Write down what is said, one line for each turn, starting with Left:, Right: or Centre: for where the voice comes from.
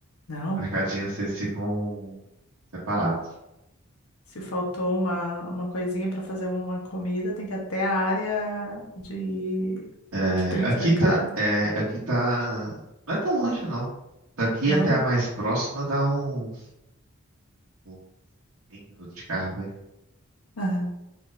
Left: Não.
Right: Mercadinhos, eles ficam separados.
Left: Se faltou uma, uma coisinha para fazer uma comida, tem que ir até a área de
Right: É,
Left: que tem
Right: aqui
Left: os mercados.
Right: tá, é, aqui tá, não é tão longe, não. Daqui
Left: Não?
Right: até a mais próxima dá uns, uns 5 minutos de carro, vai.
Left: Aham.